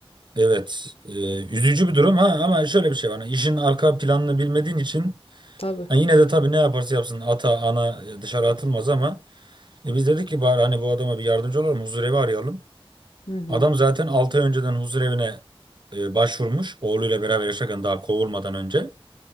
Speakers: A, on the right; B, on the left.
A: evet, eee, üzücü bir durum ha ama şöyle bir şey var. Yani işin arka planını bilmediğin için
B: Tabii.
A: ha yine de tabii ne yaparsa yapsın ata ana e, dışarı atılmaz ama e, biz dedik ki bari hani bu adama bir yardımcı olalım, huzurevi arayalım.
B: Hı hı.
A: Adam zaten 6 ay önceden huzur evine e, başvurmuş. Oğluyla beraber yaşarken daha kovulmadan önce.